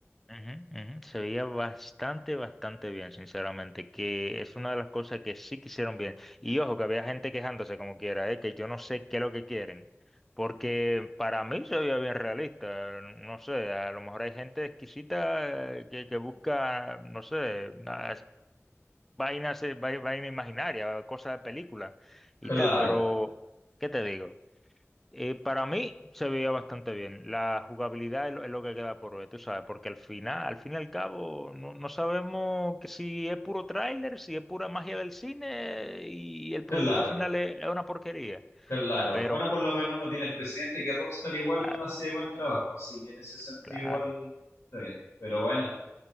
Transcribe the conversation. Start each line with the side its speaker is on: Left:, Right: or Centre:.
Centre: Ujú, ujú. Se veía bastante, bastante bien, sinceramente, que es una de las cosas que sí que hicieron bien. Y ojo, que había gente quejándose como quiera, ¿eh? Que yo no sé qué es lo que quieren, porque para mí se veía bien realista, no sé, a lo mejor hay gente exquisita eh, que, que busca, no sé, unas vainas, eh, vai- vaina imaginaria, cosas de película
Left: claro,
Centre: y tal, pero, ¿qué te digo? Eh, para mí se veía bastante bien. La jugabilidad es lo, es lo que queda por ver, tú sabes, porque al final, al fin y al cabo, no, no sabemos que si es puro tráiler, si es pura magia del cine y el
Left: claro,
Centre: producto final es, es una porquería.
Left: claro.
Centre: Pero,
Left: Bueno, por lo menos uno tiene el presidente que Rockstar igual
Centre: claro,
Left: hace buen trabajo, así que en ese sentido
Centre: claro.
Left: igual está bien. Pero bueno,